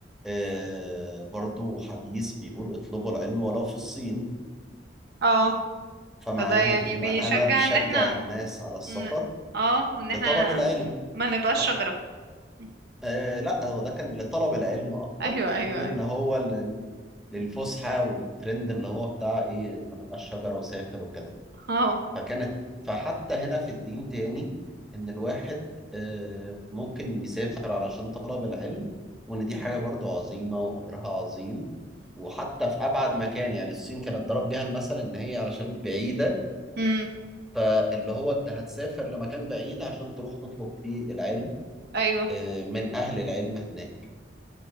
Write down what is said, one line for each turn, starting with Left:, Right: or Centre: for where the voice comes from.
Centre: آه برضو حديث بيقول اطلبوا العلم ولو في الصين
Right: اه
Centre: فمعناها
Right: فده يعني
Centre: ايه
Right: بيشجع
Centre: معناها ان انا بشجع
Right: ان احنا
Centre: الناس على السفر
Right: ن- اه وان
Centre: لطلب
Right: احنا
Centre: العلم
Right: ما نبقاش
Centre: حتى
Right: شجرة <laughs>
Centre: آه لا هو ده كان لطلب العلم اكتر
Right: ايوه ايوه
Centre: من ان
Right: ايوه
Centre: هو لل... للفسحة والترند اللي هو بتاع ايه ما تبقاش شجرة وسافر وكده
Right: اه
Centre: فكانت فحتى هنا في الدين تاني ان الواحد آه، ممكن يسافر علشان طلب العلم وان دي حاجة برضو عظيمة واجرها عظيم وحتى في ابعد مكان يعني الصين كانت ضرب بيها المثل ان هي علشان بعيدة
Right: امم
Centre: فاللي هو انت هتسافر لمكان بعيد عشان تروح تطلب فيه العلم
Right: ايوه
Centre: آه، من اهل العلم هناك